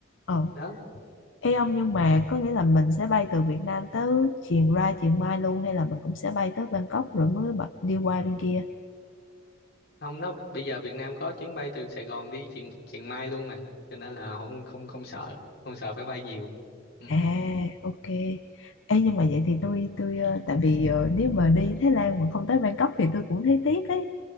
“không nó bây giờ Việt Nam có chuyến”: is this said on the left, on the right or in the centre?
Left